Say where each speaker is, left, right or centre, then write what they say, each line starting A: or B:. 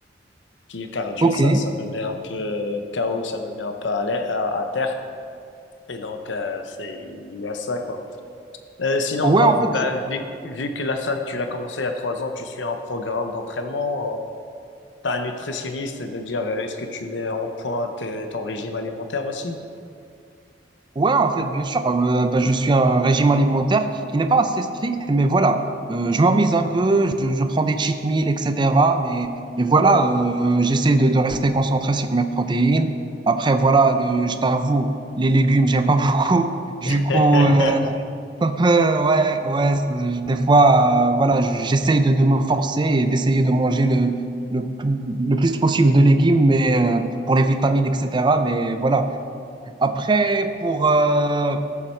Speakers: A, on the left; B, on the right.
A: Qui est cardio,
B: Ok.
A: ça, ça me met un peu euh, KO, ça me met un peu à, l'air- à, à terre. Et donc, euh, c'est, il y a ça, quoi. Euh, sinon,
B: Ouais,
A: toi,
B: en fait,
A: bah, vu, vu que la salle, tu l'as commencé il y a trois ans, tu suis un programme d'entraînement, T'as un nutritionniste de dire euh, est-ce que tu mets en point tes- ton régime alimentaire aussi?
B: Ouais, en fait, bien sûr, euh, bah, je suis un régime alimentaire qui, qui n'est pas assez strict, mais voilà, euh, je m'amise un peu, je, je prends des cheat meals, etc. Mais, mais voilà, euh, j'essaie de, de rester concentré sur mes protéines. Après, voilà, le, je t'avoue, les légumes, j'aime pas <laughs> beaucoup. Du
A: <laughs>
B: coup, euh, un peu, ouais, ouais, c'est- des fois, euh, voilà, j- j'essaie de, de me forcer et d'essayer de manger le, le, le plus possible de légumes, mais euh, pour les vitamines, etc. Mais voilà. Après, pour, euh,